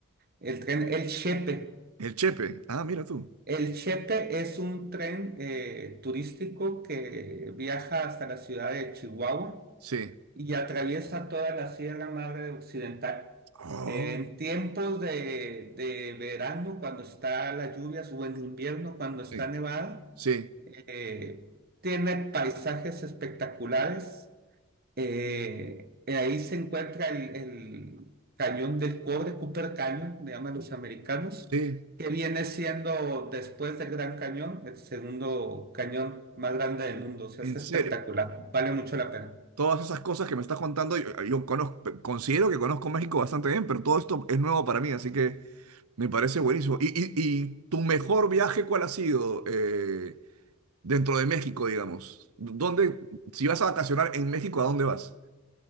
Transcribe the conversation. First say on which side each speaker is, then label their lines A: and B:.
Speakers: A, on the right; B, on the right.
A: el tren El Chepe.
B: El Chepe. Ah, mira tú.
A: El Chepe es un tren eh, turístico que viaja hasta la ciudad de Chihuahua
B: Sí.
A: y atraviesa toda la Sierra Madre Occidental.
B: Oh,
A: Eh, en tiempos de, de verano, cuando está las lluvias, o en invierno, cuando
B: sí,
A: está nevada
B: sí,
A: eh, tiene paisajes espectaculares. eh, y ahí se encuentra el, el Cañón del Cobre, Cooper Canyon, le llaman los americanos,
B: sí.
A: que viene siendo después del Gran Cañón, el segundo cañón más grande del mundo. O sea,
B: En
A: es espectacular,
B: serio.
A: vale mucho la pena.
B: todas esas cosas que me estás contando, yo, yo conozco, considero que conozco México bastante bien, pero todo esto es nuevo para mí, así que me parece buenísimo. ¿Y, y- y tu mejor viaje cuál ha sido eh, dentro de México, digamos? ¿Dónde, si vas a vacacionar en México, ¿a dónde vas?